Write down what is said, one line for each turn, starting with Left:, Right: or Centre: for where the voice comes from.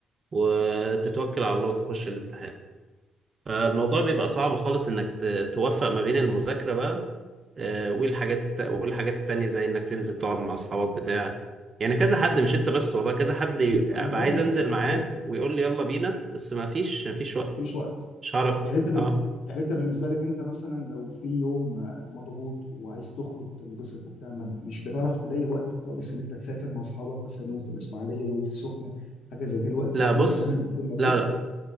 Right: وتتوكل على الله وتخش الامتحان فالموضوع بيبقى صعب خالص انك ت- توفق ما بين المذاكرة بقى آه، والحاجات الت... والحاجات التانية زي انك تنزل تقعد مع اصحابك بتاع يعني كذا حد مش انت
Left: ما
Right: بس والله كذا حد يبقى
Left: ما انا
Right: ابقى
Left: فاهم
Right: عايز انزل
Left: ما
Right: معاه
Left: انا فاهم
Right: ويقول لي يلا بينا بس ما فيش ما فيش وقت
Left: مفيش وقت
Right: مش هعرف
Left: يعني انت بن...
Right: اه
Left: يعني انت بالنسبه لك انت مثلا لو في يوم آه، مضغوط وعايز تخرج تنبسط وبتاع ما... مش بتعرف تلاقي وقت خالص ان انت تسافر مع اصحابك مثلا يوم في الاسماعيليه يوم في السخنه حاجه زي كده الوقت
Right: لا
Left: طول
Right: بص
Left: السنه بتكون مضغوط
Right: لا لا